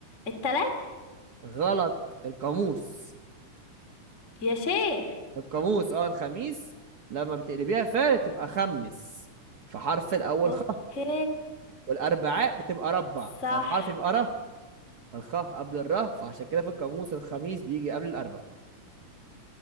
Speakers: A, on the left (about 25°); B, on the right (about 65°).
A: التلات
B: غلط القاموس
A: يا شيخ
B: القاموس اه الخميس لما بتقلبيها فعلا تبقى خمس فحرف الاول
A: اوكي
B: خ والاربعاء بتبقى ربع
A: صح
B: فالحرف يبقى ره الخاء قبل الره فعشان كده في القاموس الخميس بيجي قبل الاربع